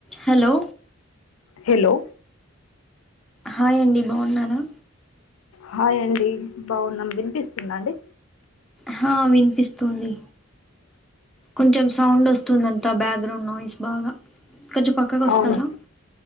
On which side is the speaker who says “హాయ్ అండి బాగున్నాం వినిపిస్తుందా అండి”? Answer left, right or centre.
Left